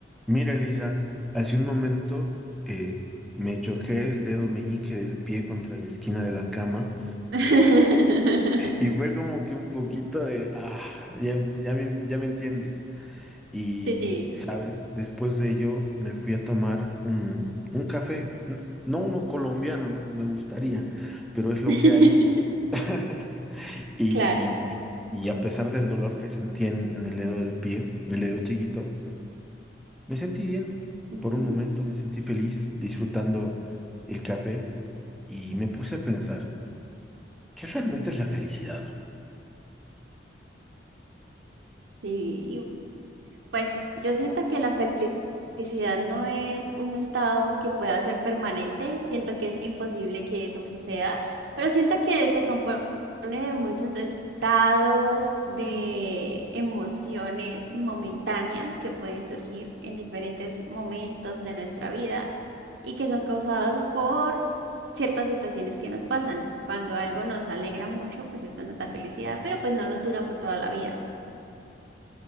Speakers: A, in the centre; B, on the right.
A: Mira, Elisa, hace un momento eh, me choqué el dedo meñique del pie contra la esquina de la cama
B: <laughs>
A: y fue como que un poquito de, ah, ya, ya me, ya me entiendes. Y,
B: Sí,
A: sabes, después de ello me fui a tomar un, un café, n- no uno colombiano, ¿no? Me gustaría, pero es lo
B: <laughs>
A: que hay. <laughs> Y,
B: claro.
A: y, y a pesar del dolor que sentí en, en el dedo del pie, el dedo chiquito, Me sentí bien.
B: Ujú.
A: Por un momento me sentí feliz disfrutando el café y me puse a pensar, ¿qué realmente es la felicidad?
B: Sí, Pues yo siento que la felicidad no es un estado que pueda ser permanente, siento que es imposible que eso suceda, pero siento que se compone de muchos estados de emociones momentáneas que pueden surgir en diferentes momentos de nuestra vida y que son causados por ciertas situaciones que nos pasan. Cuando algo nos alegra mucho, pues eso nos da felicidad, pero pues no lo dura por toda la vida.